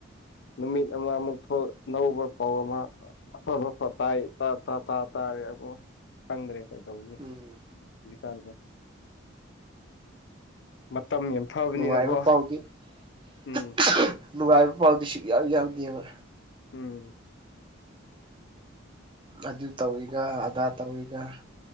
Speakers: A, on the left; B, on the right.
A: ꯅꯨꯃꯤꯠ ꯑꯃ ꯑꯃꯨꯛ ꯊꯣꯛ ꯑꯅꯧꯕ ꯄꯥꯎ ꯑꯃ ꯑꯐꯕ ꯐ ꯇꯥꯏ ꯇꯥꯔꯦ ꯑꯗꯨ ꯈꯪꯗ꯭ꯔꯦ ꯀꯩꯗꯧ
B: ꯎꯝ
A: ꯍꯧꯖꯤꯛꯀꯥꯟꯁꯦ ꯃꯇꯝ ꯌꯥꯝ ꯐꯕꯅꯤꯅꯀꯣ
B: ꯅꯨꯡꯉꯥꯏꯕ <unintelligible>
A: ꯎꯝ
B: ꯅꯨꯡꯉꯥꯏꯕ ꯄꯥꯎꯗꯤ ꯁꯨꯌꯥꯎ ꯌꯥꯎꯗꯦꯕ
A: ꯎꯝ
B: ꯑꯗꯨ ꯇꯧꯏꯒ ꯑꯗꯥ ꯇꯧꯏꯒ꯫